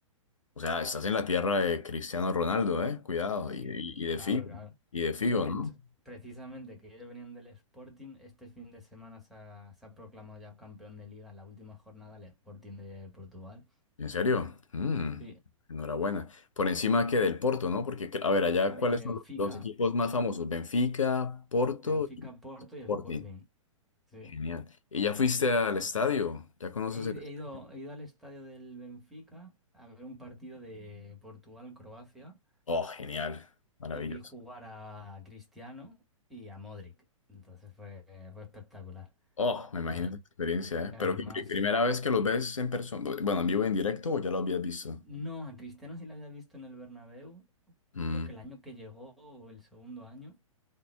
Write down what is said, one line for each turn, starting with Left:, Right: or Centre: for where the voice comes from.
Left: o sea, estás en la tierra de Cristiano Ronaldo, ¿eh? Cuidado,
Centre: Sí,
Left: y, y- y de
Centre: claro,
Left: Figo,
Centre: claro.
Left: y de Figo,
Centre: De
Left: ¿no?
Centre: hecho, precisamente que ellos venían del Sporting, este fin de semana se ha, se ha proclamado ya campeón de liga en la última jornada el Sporting de Portugal.
Left: ¿En serio? Mm,
Centre: Sí,
Left: enhorabuena. Por encima que del Porto, ¿no? Porque, a ver, allá,
Centre: del
Left: ¿cuáles
Centre: Benfica.
Left: son los, los equipos más famosos? Benfica, Porto
Centre: Benfica,
Left: y
Centre: Porto y
Left: Sporting.
Centre: Sporting. Sí.
Left: Genial. ¿Y ya fuiste al estadio? ¿Ya conoces
Centre: He, ido,
Left: el estadio?
Centre: he ido he ido al estadio del Benfica a ver un partido de Portugal-Croacia
Left: Oh, genial, maravilloso.
Centre: y vi jugar a Cristiano y a Modric. Entonces fue, fue espectacular.
Left: Oh, me imagino
Centre: Y ade-
Left: esa experiencia, ¿eh?
Centre: y además...
Left: Pero ¿qué pri- primera vez que los ves en persona, bueno, en vivo, en directo o ya lo habías visto?
Centre: No, a Cristiano sí la había visto en el Bernabéu,
Left: Mm,
Centre: creo que el año que llegó o el segundo año.